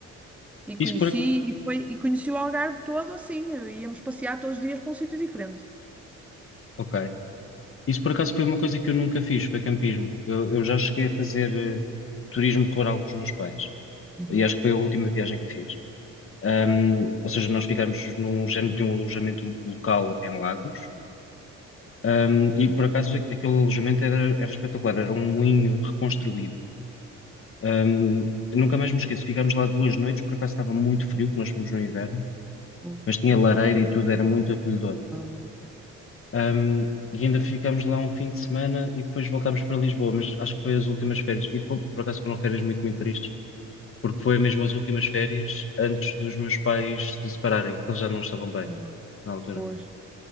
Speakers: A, in the centre; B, on the left (about 45°).
A: E
B: Isso
A: conheci,
B: por,
A: e foi, e conheci o Algarve todo assim. Íamos passear todos os dias para um sítio diferente.
B: ok. Isso por acaso foi uma coisa que eu nunca fiz, foi campismo. Eu, eu já cheguei a fazer eh, turismo rural com os meus pais,
A: Uhum.
B: e acho que foi a última viagem que fiz. Ahm, ou seja, nós ficámos num género de um alojamento local em Lagos,
A: Sim.
B: Ahm, e por acaso a- aquele alojamento era, era espetacular, era um moinho reconstruído. Ahm, eu nunca mais me esqueço, ficámos lá duas noites, por acaso estava muito frio, que nós fomos no inverno,
A: Pois,
B: mas tinha lareira e tudo, era muito acolhedor.
A: Ah, ok.
B: Um, e ainda ficamos lá um fim de semana e depois voltámos para Lisboa, mas acho que foi as últimas férias. E foi, por acaso foram férias muito, muito tristes, porque foi mesmo as últimas férias antes dos meus pais se separarem, porque eles já não estavam bem
A: não,
B: na altura.
A: pois,